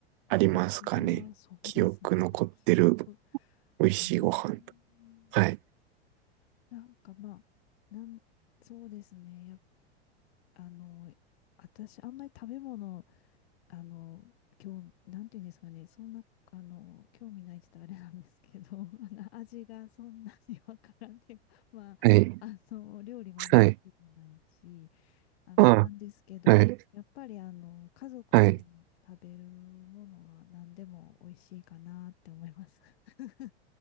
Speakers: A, on the left; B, on the right.
A: 私は、
B: ありますかね。
A: そうですね。
B: 記憶残ってる
A: 記憶。
B: 美味しいご飯。
A: うーん。
B: はい。
A: なんかまあ、なん、そうですね。やっ、あの、私、あんまり食べ物あの、今日、なんていうんですかね、そんな、あの、興味ないって言ったらあれなんですけど、<laughs> あの、味がそんなにわからんで、<laughs> まあ、
B: はい。
A: あの、料理もあんま好きじゃないし、
B: はい。
A: あの、
B: あ、
A: なんですけど、
B: はい。
A: やっぱり、あの、家族と食べるものは何でも美味しいかなって思います。
B: はい。
A: <laughs>